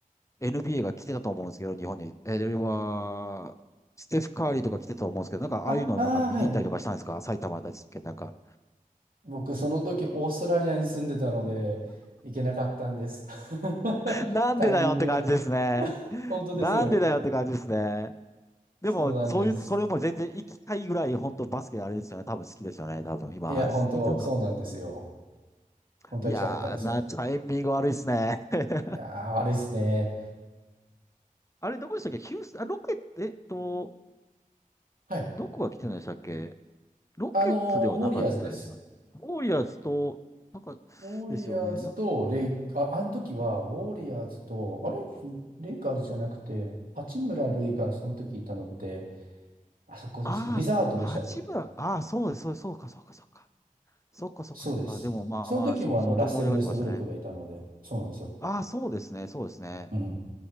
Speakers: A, on the left (about 20°); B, on the right (about 75°).
A: NBA が来てたと思うんですけど、日本に。えー、では、ステフ・カーリーとか来てたと思うんですけど、なんかああいうのなんか見に行ったりとかしたんですか埼玉だったっけなんか。
B: あ、あー、はい。僕、その時オーストラリアに住んでたので、行けなかったんです。<laughs>
A: なんでだよって感じですね。
B: タイミングが <laughs> 本当ですよ。
A: なんでだよって感じですね。
B: そうなんです。
A: でも、そういう、それも全然行きたいぐらい、本当バスケあれですよね。多分好きですよね。多分今話聞いてると。
B: いや、本当、そうなんですよ。本当は行きたかったんですよ。
A: いやー、な、タイミング悪いっすね。<laughs>
B: いやー、悪いですね。
A: あれ、どこでしたっけヒュース、あ、ロケット、えっと、
B: はい。
A: どこが来てないでしたっけロケッツではなかったですよね。
B: あのー、ウォリアーズです。
A: ウォリアーズと、なんか、
B: ウォリアーズとレイ、
A: ですよね。な、
B: あ、あの時は、ウォリアーズと、あれレイカーズじゃなくて、八村塁がその時いたのって、あそこですね。
A: ああ、
B: ウィザードでしたっけ
A: 八村、ああ、そうです、そうです、そうか、そうか、そうか。そうか、そうか、
B: そうです。
A: そうか。でも、まあまあ、
B: その時もあの、
A: そう、相当盛り上がってましたね。
B: ラッセル・ウェストブルックがいたので、そうなんですよ。
A: ああ、そうですね、そうですね。
B: うん。